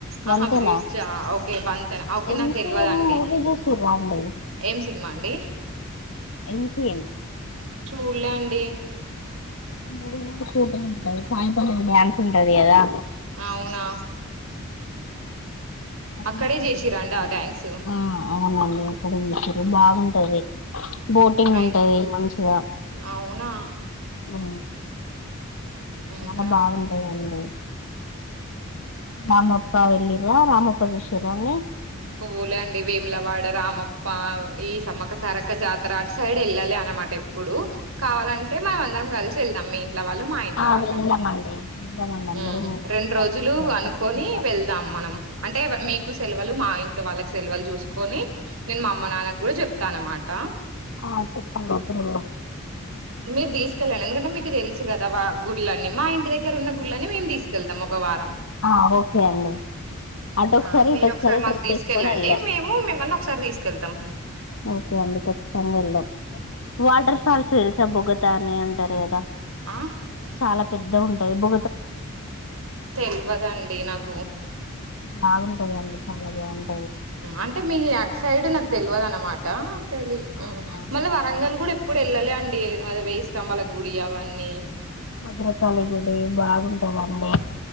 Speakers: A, on the left (about 65°); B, on the right (about 70°).
A: వంతెనా
B: ఆహా బ్రిడ్జా ఓకే వంతెన ఓకే
A: ఎంసీఎం
B: నాకు తెలియదుండి
A: మూవీ చూసిర్రా అండి
B: ఏం సినిమా అండి
A: ఎంసీఎం
B: చూడలే అండి
A: మూూపర్ ఉంటది సాయపల్లి డ్యాన్స్ ఉంటది కదా
B: అవునా
A: అక్కడ
B: అక్కడే
A: షూటింగ్
B: చేసిరా
A: చేసిర్రు
B: అండి ఆ థ్యాంక్స్
A: ఆ అవునండి అక్కడే చేసిరు బాగుంటది బోటింగ్
B: అయి
A: ఉంటది మంచిగా
B: అవునా
A: ఉ
B: ఇంకా
A: చాలా బాగుంటయండి రామప్ప వెళ్ళిరా రామప్ప చూసిరా అండి
B: పువ్వులే అండి వేములవాడ రామప్ప ఈ సమ్మక సారక జాతర సైడ్ వెళ్ళాలే అనమాట ఎప్పుడు కావాలంటే మనం అందరం కలిసి వెళ్దాం మీ ఇంట్లో వాళ్ళు మా ఇంట్లో
A: ఆ
B: వాళ్ళం
A: వెళ్ళామండి వెళ్దామండి అందరం
B: ఉ
A: కలిసి
B: రెండు
A: వెళ్దాం
B: రోజులు
A: ఈసారి
B: అనుకొని
A: ఖచ్చితంగా
B: వెళ్దాం మనం అంటే మీకు సెలవలు మా ఇంట్లో వాళ్ళకు సెలవలు చూసు కొని నేను మా అమ్మ నాన్నకు కూడా చెప్తా అనమాట
A: ఆ చెప్ప అ
B: మీరు తీసుకెళ్ళండి ఎందుకంటే మీకు తెలుసు కదా వా గుళ్ళన్నీ మా ఇంటి దగ్గర ఉన్న గుళ్ళని మేము తీసుకెళ్తాం ఒక వారం
A: ఆ ఓకే అండి అటుకసారి
B: ఆ మీరు
A: ఇటుొకసారి
B: ఒకసారి మాకు
A: ట్రిప్
B: తీసుకెళ్ళండి
A: వేసుకొని వెళ్దాం
B: మేము మిమ్మల్ని ఒకసారి తీసుకెళ్తాం
A: ఓకే అండి ఖచ్చితంగా వెళ్ళాం వాటర్ ఫాల్స్ తెలుసా బొగతా అని అంటారు కదా
B: ఆ
A: చాలా పెద్ద ఉంటాయి బో
B: తెలివదండి నాకు
A: బాగుంటదండి చాలా బాగుంటా
B: అంటే మీ అటు సైడ్ నాకు తెలియదు అన్నమాట తెలి
A: అవునా
B: మళ్ళ వరంగల్ కూడా ఎప్పుడు పిల్లలే అండి అది వేయిస్తంభాల గుడి అవన్నీ
A: బద్రకాళి గుడి బాగుంటదండి